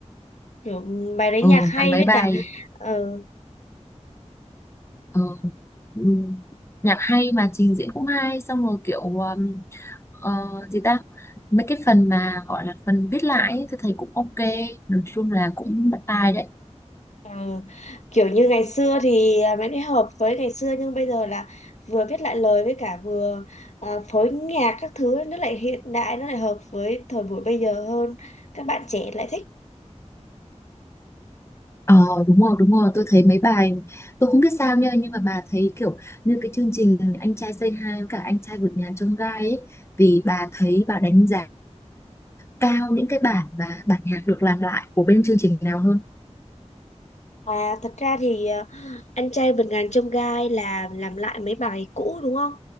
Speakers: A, on the left (about 70°); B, on the left (about 20°).
A: kiểu ừ, bài đấy
B: ờ
A: nhạc hay
B: làm mấy
A: với
B: bài
A: cả ừ
B: ờ ừ, nhạc hay mà trình diễn cũng hay xong rồi kiểu um, ờ, gì ta mấy cái phần mà gọi là phần viết lại ấy, tôi thấy cũng ok nói chung là cũng bắt tai đấy
A: Ờ, kiểu như ngày xưa thì à, vẫn hợp với ngày xưa nhưng bây giờ là vừa viết lại lời với cả vừa à, phối nhạc các thứ ấy, nó lại hiện đại nó lại hợp với thời buổi bây giờ hơn các bạn trẻ lại thích
B: Ờ đúng rồi đúng rồi tôi thấy mấy bài tôi không biết sao nha nhưng mà bà thấy kiểu như cái chương trình anh trai Say Hi với cả anh trai vượt ngàn chông gai ấy vì bà thấy bà đánh giá cao những cái bản và bản nhạc được làm lại của bên chương trình nào hơn
A: à thật ra thì à, anh trai vượt ngàn chông gai là làm lại mấy bài cũ đúng không